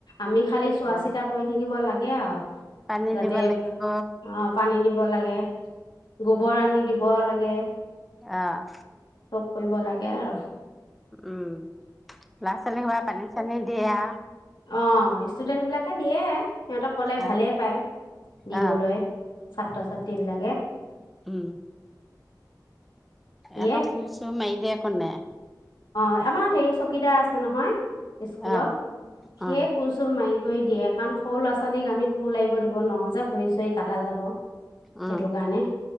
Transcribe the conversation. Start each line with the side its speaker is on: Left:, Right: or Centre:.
Left: আমি খালি চোৱা
Centre: অ',
Left: চিতা কৰি থাকিব লাগে আৰু
Centre: পানী
Left: যাতে
Centre: দিব লাগিব।
Left: আহ পানী দিব লাগে গোবৰ আনি দিব লাগে দিয়ে
Centre: আহ
Left: কৰিব লাগে আৰু
Centre: উম ল'ৰা ছোৱালীক হোৱা পানী চানী দিয়া
Left: অ ষ্টুডেন্ট বিলাকে দিয়ে সিহঁতক ক'লে ভালেই
Centre: অ',
Left: পায় দিবলৈ
Centre: উম
Left: ছাত্ৰ ছাত্ৰী বিলাকে
Centre: উম
Left: দিয়ে
Centre: এটা কোৰ চোৰ মাই দে হয় নে
Left: অ আমাৰ হে চকীদাৰ আছে নহয় স্কুলৰ
Centre: আহ
Left: সিয়ে
Centre: অ
Left: কৈছো মাইক কৰি দিয়ে কাৰণ সৰু ল'ৰা ছোৱালীক আমি কোৰ লাগিব দিব নোৱাৰো যে ভৰি চৰি কটা যাব সেইটো
Centre: উম
Left: কাৰণে